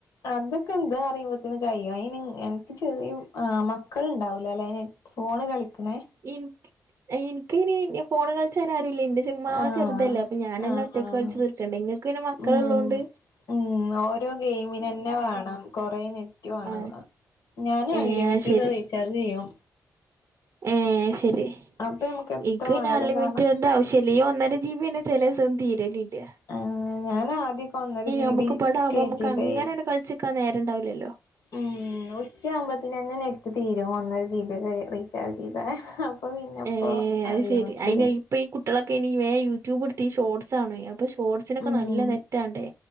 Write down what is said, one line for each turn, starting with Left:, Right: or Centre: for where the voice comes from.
Left: അതൊക്കെ ഇതാ അറിയുമ്പോതിന് കഴിയും അയിന് അൻക്ക് ചെറിയ ആഹ് മക്കള്ണ്ടാവൂലലേ ഫോണ് കളിക്ക്ണെ
Right: ഇൻക്ക് ഇൻക്കയിന് ഫോണ് കൾചാനാരൂല്ലെ ഇന്റെ ചെർ ചുമ്മാ അവൻ
Left: ആഹ്
Right: ചെർതല്ലെ അപ്പൊ ഞാനന്നെ
Left: ആഹ്
Right: ഒറ്റക്ക് കൾച്ച് തീർക്കണ്ടെ ഇങ്ങക്ക് പിന്നെ മക്കള്
Left: ഉം
Right: ള്ളോണ്ട്
Left: ഉം ഓരോ ഗെയിമിനന്നെ വേണം കൊറെ നെറ്റ് വാണം
Right: ആഹ്
Left: ഞാന്
Right: ഏഹ്
Left: അൺലിമിറ്റഡ്
Right: ശരി
Left: റീചാർജ് ചെയ്യും
Right: ഏഹ് ശരി
Left: അപ്പൊ നമുക്ക് എത്ര
Right: ഇക്ക് പിന്നെ
Left: വേണേലും
Right: അൺലിമിറ്റട്ന്റെ
Left: കാണാം
Right: ആവശ്യ ശ്യല്ല ഈ ഒന്നര ജി ബി ന്നെ ചെലേസം ഒന്നും തീരലില്ല
Left: ആഹ് ഞാൻ ആദ്യൊക്കെ ഒന്നര ജി
Right: നമുക്ക്
Left: ബി
Right: ബടെആക്മ്പോ
Left: കേറ്റിട്ടേ
Right: നമുക്ക് അങ്ങനെൺ കളിച്ച്ക്കാൻ നേരംണ്ടാവൂല്ലല്ലോ
Left: ഉം ഉച്ച ആവുമ്പോത്തിനന്നെ നെറ്റ് തീരും ഒന്നര ജി ബി ഒക്കെ റീചാർജ് ചെയ്താ അപ്പോ പിന്നെ ഇപ്പോ
Right: ഏഹ് അത്
Left: അൺലിമിറ്റഡന്നെണ്
Right: ശെരി അയിന് ഇപ്പൊ ഈ കുട്ടളെക്കെ ഇനി വേം യൂട്യൂബ് ഇട്ത്തി ഷോർട്സ് കാണോയ് അപ്പൊഷോർട്സിനൊക്കെ
Left: ഉം
Right: നല്ല നെറ്റാണ്ടേ